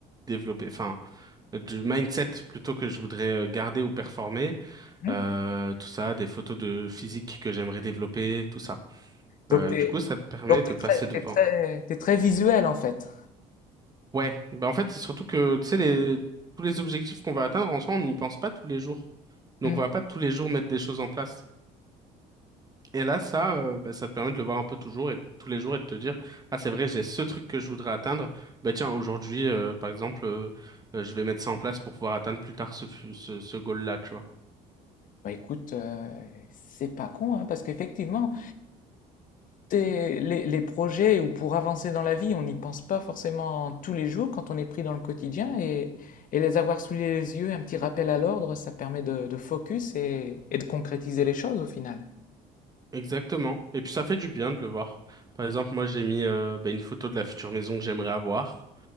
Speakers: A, on the right; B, on the left.
A: développer, enfin euh, du mindset plutôt que je voudrais euh, garder ou performer,
B: Mhm.
A: euh, tout ça, des photos de physique que j'aimerais développer, tout ça.
B: Donc
A: Euh,
B: t'es
A: du coup, ça te permet
B: donc
A: de
B: t'es
A: passer
B: très
A: devant.
B: t'es très t'es très visuel en fait.
A: Ouais, bah en fait, c'est surtout que, tu sais, les... tous les objectifs qu'on va atteindre, en soi, on n'y pense pas tous les jours. Donc,
B: Mhm.
A: on va pas tous les jours mettre des choses en place. Et là, ça, euh, bah, ça te permet de le voir un peu toujours et tous les jours et de te dire, ah, c'est vrai, j'ai ce truc que je voudrais atteindre. Bah, tiens, aujourd'hui, euh, par exemple, euh, euh, je vais mettre ça en place pour pouvoir atteindre plus tard ce, fu- ce, ce goal-là, tu vois.
B: Bah écoute, euh, c'est pas con hein, parce qu'effectivement, tes- les, les projets ou pour avancer dans la vie, on n'y pense pas forcément tous les jours quand on est pris dans le quotidien et, et les avoir sous les yeux, un petit rappel à l'ordre, ça permet de, de focus et, et de concrétiser les choses au final.
A: Exactement. Et puis ça fait du bien de le voir. Par exemple, moi j'ai mis euh, bah, une photo de la future maison que j'aimerais avoir.